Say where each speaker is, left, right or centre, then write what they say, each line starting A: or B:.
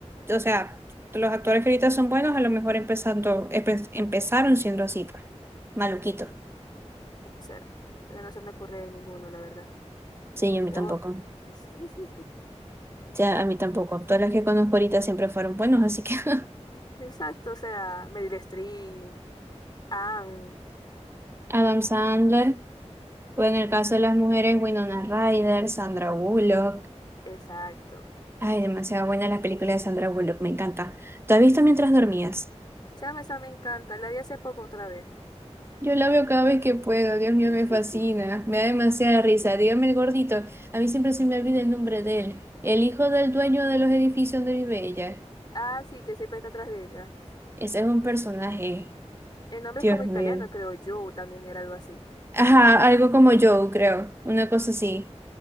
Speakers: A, on the right (about 20°); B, on the left (about 40°).
A: o sea, los actores que ahorita son buenos a lo mejor empezando, empe- empezaron siendo así, pues, maluquito.
B: puede ser, pero no se me ocurre ninguno, la verdad.
A: Sí, a mí
B: ¿Ya
A: tampoco.
B: vos? <laughs>
A: Ya, a mí tampoco. todas las que conozco ahorita siempre fueron buenos, así que <laughs>
B: Exacto, o sea, Meryl Streep, Anne,
A: Adam Sandler,
B: ¿no?
A: o en el caso de las mujeres, Winona Ryder, Sandra Bullock.
B: exacto.
A: Ay, demasiado buena la película de Sandra Bullock, me encanta. ¿Tú has visto
B: Sí.
A: mientras dormías?
B: Chama, esa me encanta, la vi hace poco otra vez.
A: Yo la veo cada vez que puedo, Dios mío,
B: <laughs>
A: me fascina, me da demasiada risa. Dígame el gordito, a mí siempre se me olvida el nombre de él, el hijo del dueño de los edificios donde vive ella.
B: Ah, sí, que siempre está atrás de ella.
A: Ese es un personaje,
B: El nombre
A: Dios
B: es como italiano,
A: mío.
B: creo yo, o también era algo así.
A: Ajá, algo como Joe, creo, una cosa así.